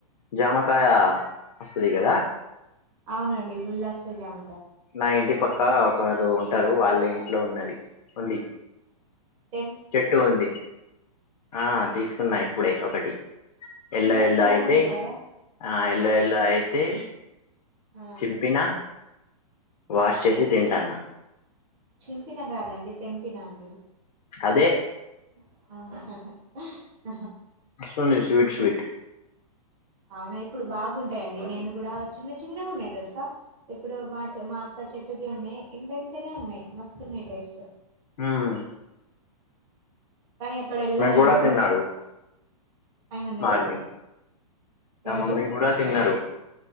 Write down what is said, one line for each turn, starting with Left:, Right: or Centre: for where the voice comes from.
Left: జామకాయ వస్తుది కద
Right: అవునండి ఫుల్ అస్తై జామ
Left: నా ఇంటి పక్క ఒకరు ఉంటరు వాళ్ళ ఇంట్లో ఉన్నది ఉంది
Right: మ
Left: చెట్టు ఉంది ఆ తీసుకున్న ఇప్పుడే ఒకటి ఎల్ల
Right: చిన్న
Left: ఎల్ల
Right: చిన్నగా
Left: అయితే
Right: ఉన్నాయి కదా
Left: ఆ ఎల్లో
Right: అవును
Left: ఎల్లో అయితే
Right: ఆ
Left: చింపిన వాష్ చేసి తింటాన్న
Right: చింపిన కాదండి తెంపిన అండి
Left: అదే
Right: అవున
Left: మస్తుంది స్వీట్ స్వీట్
Right: అవున ఇప్పుడు బాగుంటయండి నేను కూడా చిన్న చిన్న గున్నయి తెలుసా ఇప్పుడు మా చె మా అక్క చెట్టుకి ఉన్నయి ఇంతెంతనే ఉన్నయి మస్తున్నయి టేస్ట్
Left: ఊమ్
Right: కాని అక్కడ ఎల్లాలంటె
Left: కూడా
Right: మోత్
Left: తిన్నారు
Right: ఏమన్నడు
Left: మార్నింగ్ నా
Right: ఎవరు
Left: మమ్మీ కూడా తిన్నారు